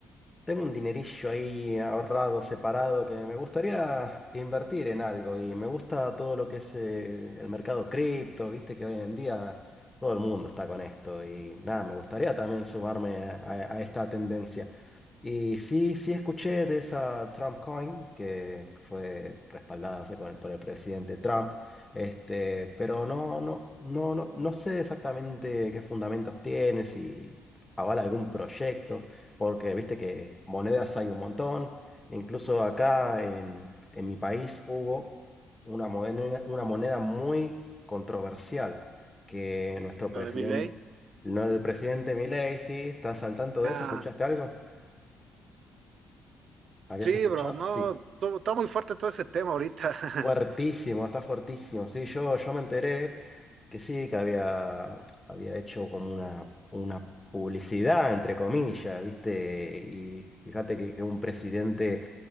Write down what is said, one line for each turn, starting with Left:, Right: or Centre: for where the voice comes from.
Left: tengo un dinerillo ahí ahorrado, separado, que me gustaría invertir en algo y me gusta todo lo que es eh, el mercado cripto, viste que hoy en día todo el mundo está con esto y nada, me gustaría también sumarme a a esta tendencia. Y sí, sí escuché de esa Trump Coin que fue respaldada, no sé, con el- por el presidente Trump, este, pero no, no, no, no, no sé exactamente qué fundamentos tiene, si avala algún proyecto, porque viste que monedas hay un montón. Incluso acá en, en mi país hubo una moneda, una moneda muy controversial que nuestro presidente,
Right: la de Milley.
Left: no, el presidente Milei, sí, ¿estás al tanto
Right: Ah,
Left: de eso? ¿Escuchaste algo? ¿Habías
Right: sí,
Left: escuchado?
Right: bro, no,
Left: Sí,
Right: to- está muy fuerte todo ese tema ahorita. <laughs>
Left: fuertísimo, está fuertísimo. Sí, yo, yo me enteré que sí, que había, había hecho como una, una publicidad, entre comillas, ¿viste? Y fíjate que, que un presidente